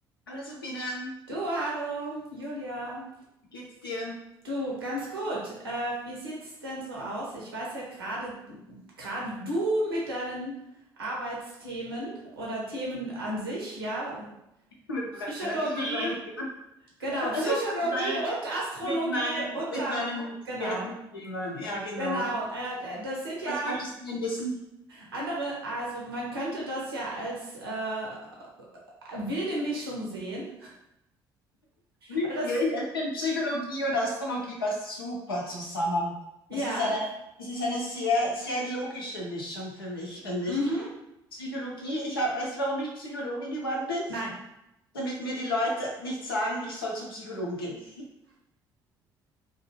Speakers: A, on the left (about 80°); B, on the right (about 85°).
A: Hallo Sabine,
B: Du, hallo, Julia.
A: wie geht's dir?
B: Du, ganz gut. Äh, wie sieht's denn so aus? Ich weiß ja gerade, gerade du mit deinen Arbeitsthemen oder Themen an sich, ja,
A: Mit
B: Psychologie,
A: meinen, ich mit meinen Themen, <laughs>
B: genau, Psychologie
A: also mit meinen,
B: und Astrologie
A: mit meinen,
B: und
A: mit
B: Tarot,
A: meinen Expertenthemen,
B: genau,
A: ja genau.
B: genau. Äh, das sind ja
A: Was möchtest du denn wissen?
B: andere, also man könnte das ja als äh, wilde Mischung sehen,
A: Wirklich,
B: weil das,
A: ich finde Psychologie und Astrologie passt super zusammen.
B: ja,
A: Das ist eine, das ist eine sehr, sehr logische Mischung für mich, finde
B: mhm,
A: ich. Psychologie, ich hab, weißt du, warum ich Psychologin geworden bin?
B: nein.
A: Damit mir die Leute nicht sagen, ich soll zum Psychologen gehen.